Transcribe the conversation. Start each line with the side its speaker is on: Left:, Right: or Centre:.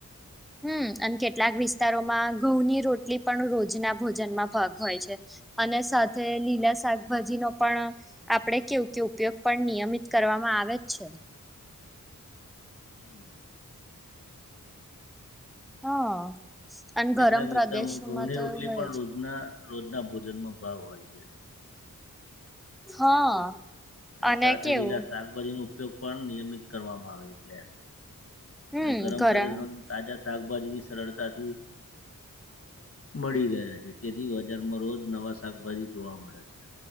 Centre: હમ્મ, અને કેટલાક વિસ્તારોમાં ઘઉંની રોટલી પણ રોજના ભોજનમાં ભાગ હોય છે. અને સાથે લીલા શાકભાજી નો પણ આપડે કેવું કે ઉપયોગ પણ નિયમિત કરવા માં આવે જ છે.
Left: હમ્મ.
Centre: હા. અને ગરમ
Left: એટલાક
Centre: પ્રદેશોમાં
Left: વિસ્તારમાં ઘઉંની
Centre: તો
Left: રોટલી
Centre: હોય
Left: પણ
Centre: જ
Left: રોજના રોજના ભોજનમાં ભાવ હોય છે.
Centre: હા.
Left: અહ
Centre: અને
Left: સાથે
Centre: કેવું
Left: લીલા શાકભાજીનો ઉપયોગ પણ નિયમિત કરવામાં આવે એટલે
Centre: હમ
Left: અહ ગરમ
Centre: ઘરા
Left: પ્રદેશ તાજા શાકભાજીબી સરળતાથી મળી ગયા છે. તેથી બજારમાં રોજ નવા શાકભાજી જોવા મળે છે.